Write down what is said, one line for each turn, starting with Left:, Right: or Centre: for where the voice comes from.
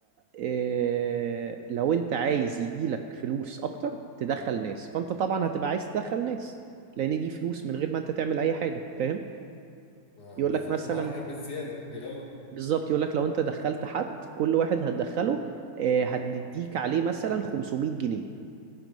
Right: اه لو انت عايز يجي لك فلوس اكتر تدخل ناس فانت طبعا هتبقى عايز تدخل ناس لان دي فلوس من غير ما انت تعمل اي حاجة فاهم
Left: آه
Right: يقول
Left: بالظبط
Right: لك مثلا
Left: البحر يحب الزيادة يلا
Right: بالظبط يقول لك لو انت دخلت حد كل واحد هتدخله آه، هنديك عليه مثلا 500 جنيه